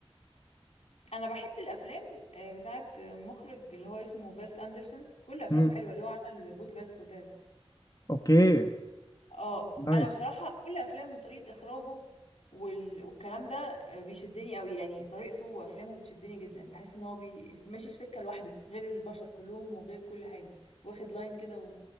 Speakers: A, on the left; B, on the left.
A: انا بحب الافلام آه، بتاعت مخرج اللي هو اسمه فيس اندرسون كل افلامه
B: مم.
A: حلوه اللي هو عمل بودابست هوتيل
B: اوكي
A: اه
B: نايس
A: انا بصراحه كل افلامه وطريقه اخراجه وال... والكلام ده آه، بيشدني قوي يعني طريقته وافلامه بتشدني جدا بحس ان هو بي... ماشي في سكه لوحده غير البشر كلهم وغير كل حاجه واخد لاين كده و...